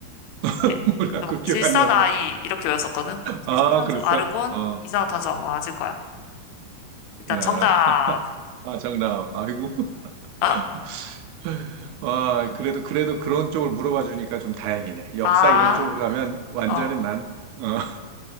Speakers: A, on the right; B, on the left.
A: <laughs>
B: 예,
A: 몰라,
B: 그때
A: 그
B: 막
A: 기억
B: 질산아이,
A: 안 나고.
B: 이렇게 외웠었거든? 그 질소,
A: 아,
B: 산소,
A: 그랬어?
B: 아르곤,
A: 어.
B: 이산화탄소 아마 맞을 거야. 일단
A: 야,
B: 정답.
A: 아, 정답. 아이고. <laughs>
B: 아,
A: 와, 그래도, 그래도 그런 쪽을 물어봐 주니까 좀 다행이네. 역사
B: 아,
A: 이런 쪽으로 가면 완전히
B: 어,
A: 난, 어.